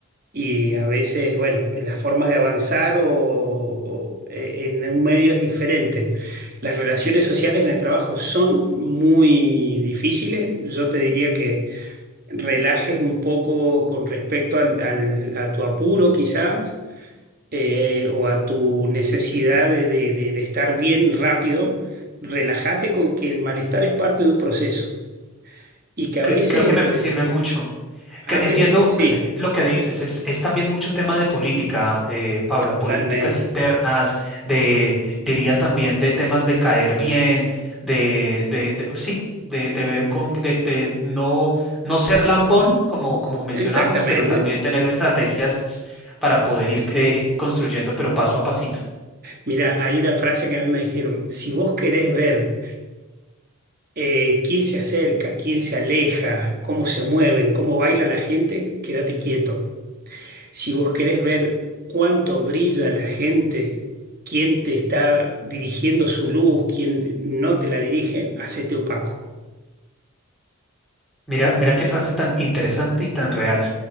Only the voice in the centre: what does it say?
Cre-
Creo que me
fue- sirve mucho.
Cre- Entiendo
que- eh, lo que dices. Es, es también mucho tema de política, eh, Pablo,
políticas internas, de, diría también de temas de caer bien, de, de, de- sí, de, de ver con, de, de no, no ser lambón, como, como mencionamos,
pero también tener estrategias para poder ir eh, construyendo, pero paso a pasito.
Mira, mira qué frase tan interesante y tan real.